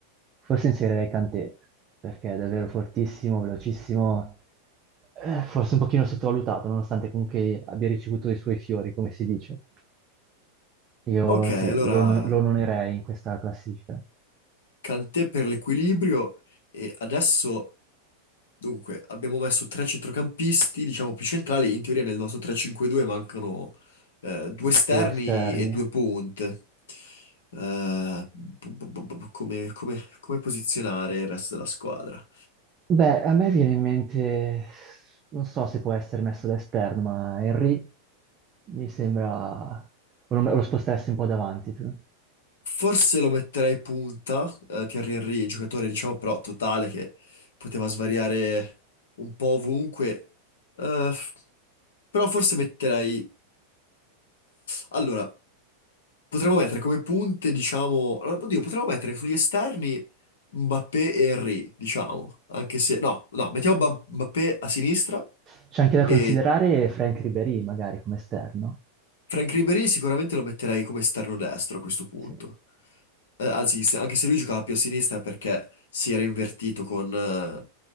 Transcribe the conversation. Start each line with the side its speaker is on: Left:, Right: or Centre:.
Right: forse inserirei Kanté, perché è davvero fortissimo, velocissimo, eh, forse un pochino sottovalutato, nonostante comunque abbia ricevuto i suoi fiori, come si dice. Io
Left: Ok,
Right: sì,
Left: allora
Right: lo, lo onorerei in questa classifica.
Left: Kanté per l'equilibrio e adesso, dunque, abbiamo messo tre centrocampisti, diciamo più centrali, in teoria nel nostro 3-5-2 mancano eh, due esterni
Right: due esterni.
Left: e due punte. Eh, bu- bu- bu- bu- come, come- come posizionare il resto della squadra?
Right: Beh, a me viene in mente, non so se può essere messo da esterno, ma Henry mi sembra, o lo, lo sposteresti un po' davanti tu.
Left: Forse lo metterei punta, eh, Thierry Henry, giocatore diciamo però totale che poteva svariare un po' ovunque. Eh, f- però forse metterei... Allora, potremmo mettere come punte, diciamo... allora, Oddio, potremmo mettere sugli esterni Mbappé e Henry, diciamo. Anche se... No, no, mettiamo Ba- Mbappé a sinistra
Right: C'è anche da
Left: e
Right: considerare Frank Ribéry magari come esterno,
Left: Frank Ribéry sicuramente lo metterei come esterno destro a questo punto.
Right: sì.
Left: Eh, anzi, se- anche se lui giocava più a sinistra perché si era invertito con, eh,